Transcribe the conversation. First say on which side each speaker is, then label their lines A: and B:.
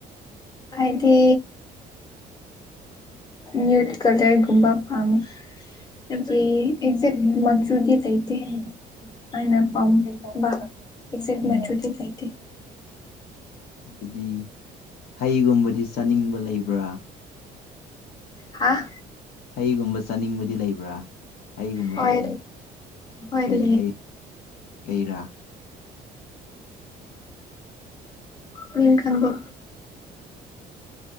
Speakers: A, on the left; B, on the left.
A: ꯑꯥꯏꯗꯤ ꯅ꯭ꯌꯨꯠ ꯀꯂꯔꯒꯨꯝꯕ ꯄꯥꯝꯃꯦ ꯑꯗꯒꯤ ꯑꯦꯛꯖꯦꯛ ꯃꯆꯨꯗꯤ ꯀꯩꯇ ꯑꯩꯅ ꯄꯝꯕ ꯑꯦꯛꯖꯦꯛ
B: ꯎꯝ
A: ꯃꯆꯨꯗꯤ ꯂꯩꯥꯇꯦ
B: ꯑꯗꯨꯗꯤ ꯍꯩꯒꯨꯝꯕꯗꯤ ꯆꯥꯅꯤꯡꯕ ꯂꯩꯕ꯭ꯔꯥ
A: ꯍꯥꯥ
B: ꯍꯩꯒꯨꯝꯕ ꯆꯥꯅꯤꯡꯕꯗꯤ ꯂꯩꯕ꯭ꯔꯥ ꯍꯩꯒꯨꯝꯕꯗꯗꯤ
A: ꯍꯣꯏ ꯍꯣꯏ ꯑꯗꯨ
B: ꯀꯩ ꯍꯩ ꯀꯩꯔꯥ
A: ꯑ ꯏꯈꯥꯟꯗ